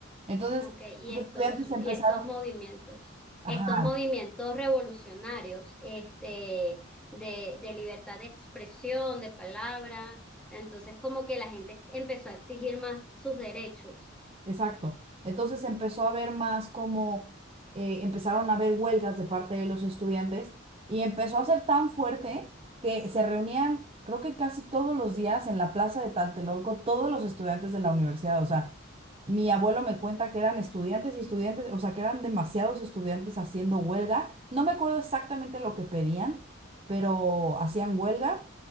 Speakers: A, on the right; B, in the centre.
A: Entonces,
B: ok. Y
A: los
B: estos,
A: estudiantes empezaron,
B: y estos movimientos,
A: ajá,
B: estos movimientos revolucionarios, este, de, de libertad de expresión, de palabra. Entonces, como que la gente empezó a exigir más sus derechos.
A: Exacto. Entonces empezó a haber más como eh, empezaron a haber huelgas de parte de los estudiantes y empezó a ser tan fuerte que se reunían, creo que casi todos los días en la plaza de Tlatelolco, todos los estudiantes de la universidad. O sea, mi abuelo me cuenta que eran estudiantes y estudiantes, o sea, que eran demasiados estudiantes haciendo huelga. No me acuerdo exactamente lo que pedían, pero hacían huelga